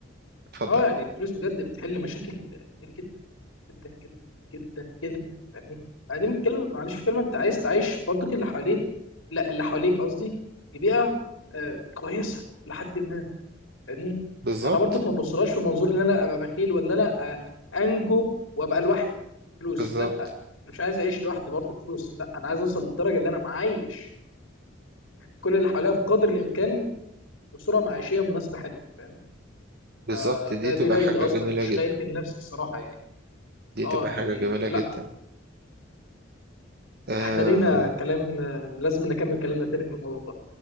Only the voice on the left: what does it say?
اه يعني الفلوس بجد بتحل مشاكل كتير جدا جدا جدا جدا جدا فاهمني بعدين بتكلم معلش في كلمه انت عايز تعيش برضو كل اللي حواليك لا اللي حواليك قصدي في بيئه آه كويسه لحد ما فاهمني
انا برضو ما ببصلهاش في منظور ان انا ابقى بخيل ولا انا آه انجو وابقى لوحدي فلوس
لا انا مش عايز اعيش لوحدي برضو فلوس لا انا عايز اوصل للدرجه اللي انا معايش كل اللي حواليا بقدر الامكان بصوره معيشيه مناسبه حلوه فاهم
آه،
ده
دي غايتي
اصلا
مش
غايتي النفس الصراحه يعني
فاه
يعني
لا
احنا لينا كلام آه، لازم نكمل كلامنا تاني في الموضوع ده